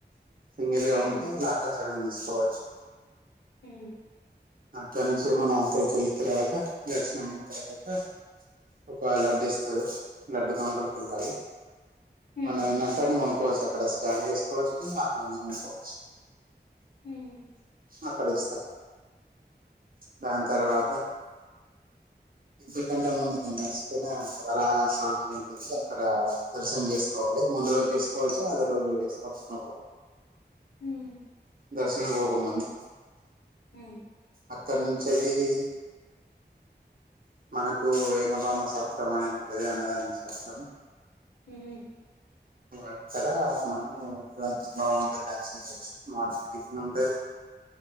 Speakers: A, on the right; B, on the left.
A: సింగల్గా
B: హ్మ్
A: ఉంటే లాస్ట్ శని తీసుకోవచ్చు
B: హుమ్
A: అక్కడ నుంచి మనం అక్కడికి వెళ్ళిన తర్వాత దర్శనమయిన తర్వాత ఒక లడ్డు ఇస్తారు లడ్డు కౌంటరకి వెళ్ళాలి
B: హ్మ్
A: మన ఎంతాని పోను ఆఫ్కోర్స్ అక్కడ స్కాన్ చేసుకోవచ్చు లేదా ఆన్లైన్ అనుకోవచ్చు
B: హ్మ్
A: అక్కడిస్తా దాని తర్వాత ఎందుకంటే ముందు నే మర్చిపోయిన వరాహ స్వామి ఉంటది అక్కడ దర్శనం చేసుకోవాలి ముందు రోజు చేసుకోవచ్చు అదే రోజు చేసుకోవచ్చు నో ప్రాబ్లం
B: హుమ్
A: దర్శనంకోక మంది
B: హుమ్
A: అక్కడి నుంచి వెళ్ళి మనకు వేంగబామ సత్రం అనేది ఉంటది అన్నదాన సత్రము
B: హ్మ్
A: అక్కడ మనము లంచ్ బాగుంటుంది లంచ్ చేయచ్చు మార్నింగ్ టిఫిన్ ఉంటది